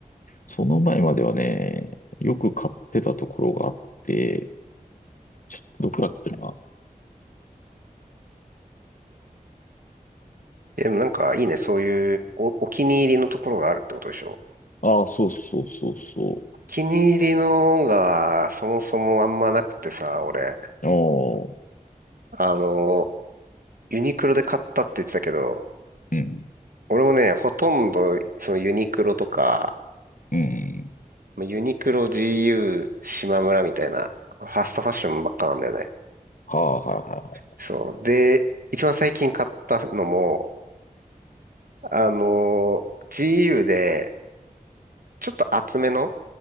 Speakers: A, on the left; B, on the right.
A: その前まではね、よく買ってたところがあって、ちょっとどこだっけな。
B: <laughs> でもなんかいいね、そういうお、お気に入りのところがあるってことでしょ
A: ああ、そうそうそうそう。
B: お気に入りのがそもそもあんまなくてさ、俺。
A: ああ、
B: あの、ユニクロで買ったって言ってたけど、
A: うん、
B: 俺もね、ほとんど、そのユニクロとか、
A: うん。
B: まあユニクロ、GU、島村みたいな、ファストファッションばっかなんだよね。
A: はあ、はいはいは
B: そう。で、一番最近買ったのも、あの、GU で、ちょっと厚めの、